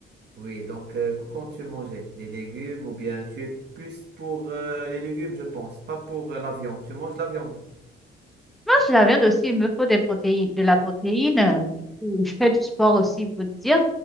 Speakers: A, on the right (about 60°); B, in the centre.
A: Oui, donc euh, qu- quand tu mangeais des légumes ou bien tu es plus pour euh, les légumes, je pense, pas pour euh, la viande. Tu manges la viande.
B: Moi, je la viande aussi, il me faut des protéines, de la protéine. euh, Du coup, je fais du sport aussi, il faut te dire.